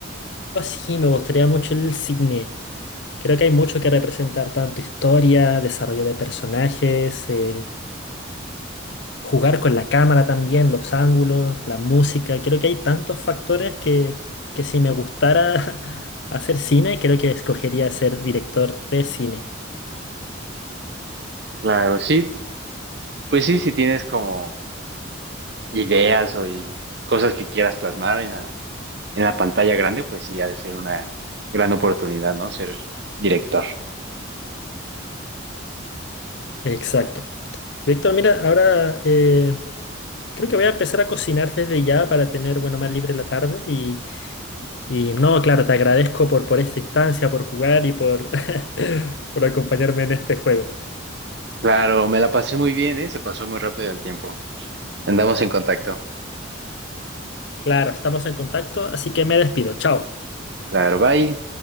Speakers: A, on the left; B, on the right.
A: sí, me gustaría mucho el cine. Creo que hay mucho que representar, tanto historia, desarrollo de personajes, eh, jugar con la cámara también, los ángulos, la música. Creo que hay tantos factores que, que si me gustara <laughs> hacer cine, creo que escogería ser director de cine.
B: Claro, sí, pues sí, si tienes como ideas o y cosas que quieras plasmar en la, en la pantalla grande, pues sí, ha de ser una gran oportunidad, ¿no? Ser director.
A: Exacto. Víctor, mira, ahora eh, creo que voy a empezar a cocinar desde ya para tener, bueno, más libre la tarde. Y, y no, claro, te agradezco por, por esta instancia, por jugar y por, <laughs> por acompañarme en este juego.
B: Claro, me la pasé muy bien, ¿eh? Se pasó muy rápido el tiempo. Andamos en contacto.
A: Claro, estamos en contacto, así que me despido. Chao.
B: Claro, bye.